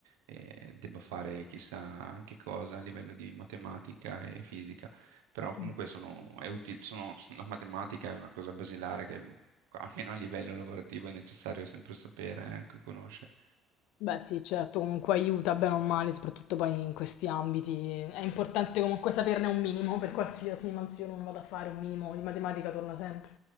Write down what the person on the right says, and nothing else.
eh, debba fare chissà che cosa a livello di matematica e fisica, però comunque
sono, è utile, sono, la matematica è una cosa basilare che almeno a livello lavorativo è necessario sempre sapere, ecco, e conoscere.